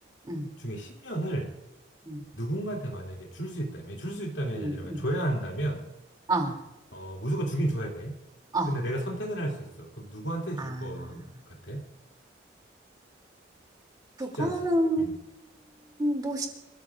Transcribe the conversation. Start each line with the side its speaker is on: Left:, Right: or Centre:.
Right: 음,
Left: 중에 10년을
Right: 음,
Left: 누군가한테 만약에 줄 수 있다면, 줄 수 있다면이
Right: 음,
Left: 아니라 만약
Right: 음.
Left: 줘야 한다면,
Right: 아,
Left: 어, 무조건 주긴 줘야 돼.
Right: 아,
Left: 근데 내가 선택을 할 수 있어. 그럼 누구한테
Right: 아.
Left: 줄 것 같아? 쉽지
Right: 그거는
Left: 않지. 음,
Right: 뭐